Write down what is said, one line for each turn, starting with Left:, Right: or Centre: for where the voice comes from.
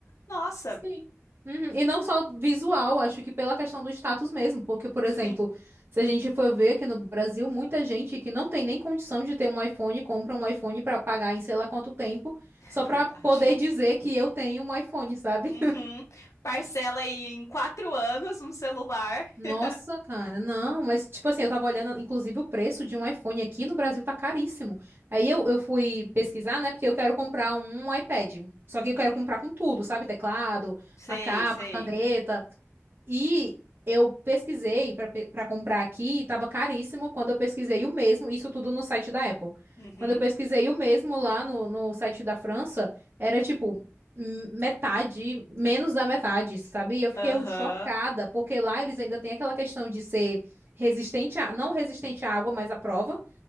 Left: nossa,
Right: Sim. Uhum, E não só visual, acho que pela questão do status mesmo, porque, por exemplo,
Left: sim.
Right: se a gente for ver aqui no Brasil, muita gente que não tem nem condição de ter um iPhone, compra um iPhone pra pagar em sei lá quanto tempo,
Left: <laughs> É
Right: só pra
Left: verdade.
Right: poder dizer que eu tenho um iPhone, sabe?
Left: Uhum. Parcela aí em quatro anos um celular.
Right: Nossa,
Left: <laughs>
Right: cara, não, mas tipo assim, eu tava olhando, inclusive, o preço de um iPhone aqui no Brasil tá caríssimo. Aí eu, eu fui pesquisar, né, porque eu quero comprar um iPad. Só que eu quero
Left: Uhum.
Right: comprar com tudo, sabe? Teclado,
Left: Sei,
Right: a capa,
Left: sei.
Right: a caneta. E eu pesquisei para para comprar aqui, e tava caríssimo. Quando eu pesquisei o mesmo, isso tudo no site da Apple.
Left: Uhum.
Right: Quando eu pesquisei o mesmo lá no, no site da França, era tipo m- metade, menos da metade, sabe? E eu fiquei
Left: Aham.
Right: chocada, porque lá eles ainda têm aquela questão de ser resistente a, não resistente à água, mas à prova.